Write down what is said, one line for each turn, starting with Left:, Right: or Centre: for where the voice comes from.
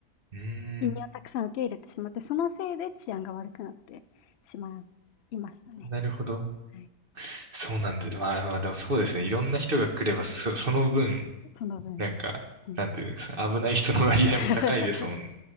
Right: うーん。
Left: 移民をたくさん受け入れてしまって、そのせいで治安が悪くなってしまいましたね。
Right: なるほど。
Left: はい、
Right: そうなんで、まあまあでもそうですね。いろんな人が来れば、そ、その分、
Left: その分。
Right: なんか、
Left: うん
Right: なんていうんですか、危ない人の割合も高いですもんね。
Left: <laughs>